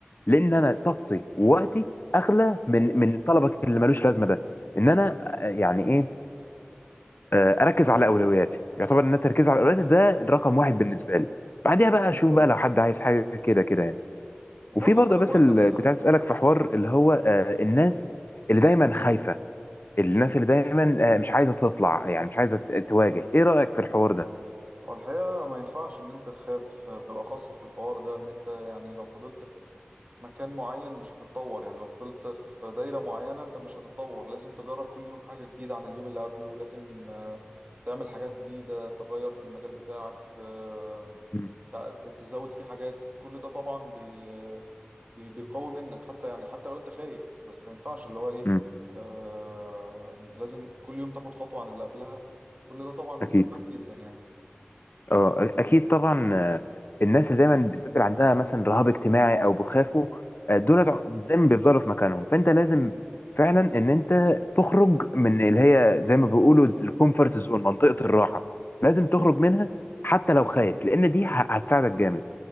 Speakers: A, on the left; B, on the right.
A: لان انا طاقتي ووقتي اغلى من من طلبك اللي ملوش لازمه ده ان انا آه، يعني ايه آه، اركز على اولوياتي يعتبر ان أنا التركيز على اولوياتي ده الرقم واحد بالنسبه لي بعديها بقى
B: أكيد
A: اشوف
B: طبعا
A: بقى لو حد عايز حاجه كده كده يعني
B: وبرضه
A: وفي برضه
B: حاجة
A: بس
B: مهمة
A: اللي
B: انت
A: كنت عايز اسالك في حوار اللي هو آه، الناس اللي دايما خايفه الناس اللي دايما آه، مش عايزه تطلع يعني مش عايزه ت- تواجه ايه رايك في الحوار ده
B: هو الحقيقة ما ينفعش إن أنت تخاف بالأخص في الحوار ده إن أنت يعني لو فضلت في مكان معين مش هتتطور يعني لو فضلت في دايرة معينة أنت مش هتتطور لازم تجرب كل يوم حاجة جديدة عن اليوم اللي قبله لازم آه، تعمل حاجات جديدة تغير في المجال بتاعك آه،
A: مم.
B: ت- تزود فيه حاجات كل ده طبعا بي آه، بي- بيقوي منك حتى يعني حتى لو أنت خايف بس ما ينفعش اللي هو إيه
A: مم.
B: آه، لازم كل يوم تاخد خطوة عن اللي قبلها كل ده طبعا بيفرق
A: اكيد
B: معاك جدا يعني
A: اه اكيد طبعا آه، الناس اللي دايما بالذات اللي عندها مثلا رهاب اجتماعي او بيخافوا آه، دول دع- دايما بيفضلوا في مكانهم فانت لازم فعلا ان انت تخرج من اللي هي زي ما بيقولوا الكومفورت زون منطقة الراحة لازم تخرج
B: اه
A: منها حتى لو خايف لان دي ه- هتساعدك جامد